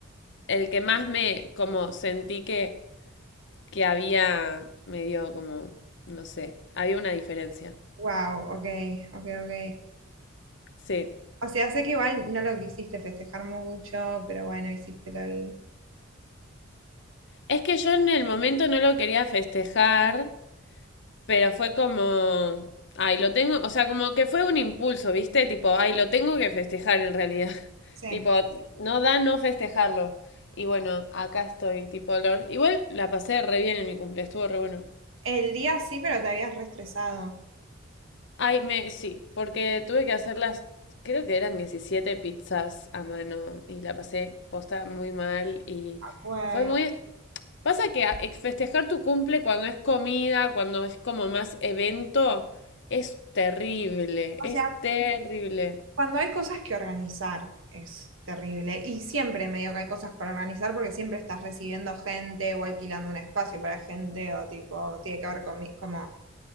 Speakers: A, on the left; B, on the right.
A: el que más me como sentí que que había medio como, no sé, había una diferencia.
B: Wow, ok, ok, ok.
A: Sí.
B: O sea, sé que igual no lo quisiste festejar mucho, pero bueno, hiciste lo del-
A: Es que yo en el momento no lo quería festejar, pero fue como, ay, lo tengo, o sea, como que fue un impulso, ¿viste? Tipo, ay, lo tengo que festejar en realidad. <laughs>
B: Sí.
A: Tipo, no da no festejarlo. Y bueno, acá estoy, tipo, lo- igual la pasé re bien en mi cumple, estuvo re bueno.
B: El día sí, pero te habías reestresado.
A: Ay, me, sí, porque tuve que hacer las, creo que eran 17 pizzas a mano y la pasé posta muy mal y
B: De acuerdo.
A: fue muy... Pasa que a- ex- festejar tu cumple cuando es comida, cuando es como más evento, es terrible,
B: O
A: es
B: sea,
A: terrible.
B: Cuando hay cosas que organizar es terrible y siempre medio que hay cosas para organizar porque siempre estás recibiendo gente o alquilando un espacio para gente o tipo, tiene que ver con mi- como...